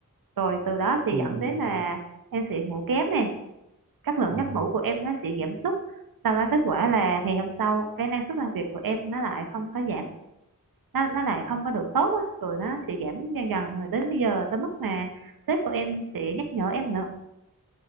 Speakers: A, on the right (about 75°); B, on the right (about 20°).
A: Rồi từ đó sẽ
B: mình
A: dẫn đến
B: à,
A: là em sẽ ngủ kém nè các lượng
B: à,
A: giấc ngủ của em nó sẽ giảm sút sau đó kết quả là ngày hôm sau cái năng suất làm việc của em nó lại không có giảm nó nó lại không có được tốt á rồi nó sẽ giảm dần dần rồi đến bây giờ tới mức mà sếp của em sẽ nhắc nhở em nữa